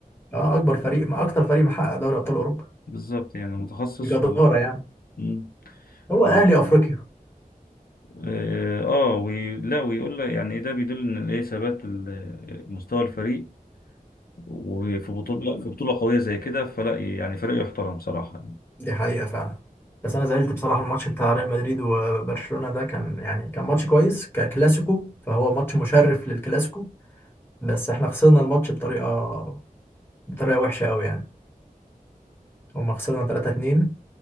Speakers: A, on the left (about 15°); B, on the left (about 85°).
A: آه، أكبر فريق ما أكتر فريق محقق دوري أبطال أوروبا
B: بالظبط يعني متخصص
A: بجدارة
B: و
A: يعني
B: مم.
A: هو
B: و
A: الأهلي أفريقيا
B: آه آه، وي... لا ويقول لك يعني ده بيدل إن الإيه ثبات ال- مستوى الفريق وفي بطولة في بطولة قوية زي كده فلا يعني فريق يحترم صراحة
A: دي حقيقة فعلا بس أنا زعلت بصراحة الماتش بتاع ريال مدريد وبرشلونة ده كان يعني كان ماتش كويس ككلاسيكو فهو ماتش مشرف للكلاسيكو بس احنا خسرنا الماتش بطريقة بطريقة وحشة قوي يعني هما خسرنا 3-2